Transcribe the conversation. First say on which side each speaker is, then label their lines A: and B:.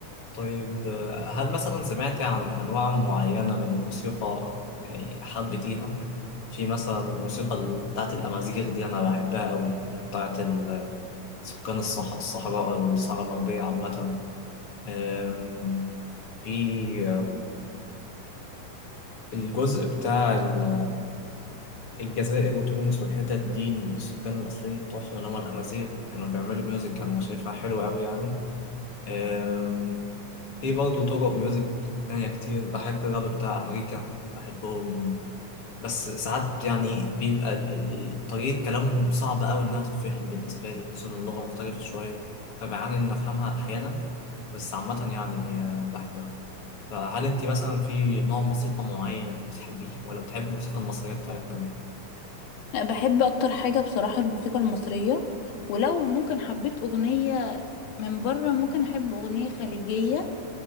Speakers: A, on the left (about 40°); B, on the left (about 80°).
A: طيب آه، هل مثلا سمعت عن أنواع معينة من الموسيقى يعني حبيتيها؟ في مثلا الموسيقى ال- بتاعت الأمازيغ دي أنا بحبها أوي اللي هي بتاعت ال- سكان الصح... الصحراء الصحراء الغربية عامة آم، في الجزء بتاع ال- الجزائر وتونس والحتت دي السكان الأصليين بتوعهم اللي هم الأمازيغ كانوا بيعملوا ميوزك كانوا شايفها حلوة أوي يعني أم، في برضه طرق ميوزك تانية كتير بحب الراب بتاع أمريكا بحبهم بس ساعات يعني بيبقى ال- ال- ال- طريقة كلامهم صعبة أوي إنها تتفهم بالنسبة لي خصوصا اللغة مختلفة شوية فبعاني إن أفهمها أحيانا بس عامة يعني أه، بحبها فهل انت مثلا في نوع موسيقى معين بتحبيه ولا بتحبي الموسيقى المصرية بتاعتنا دي؟
B: لا، بحب أكتر حاجة بصراحة الموسيقى المصرية ولو ممكن حبيت أغنية من بره ممكن أحب أغنية خليجية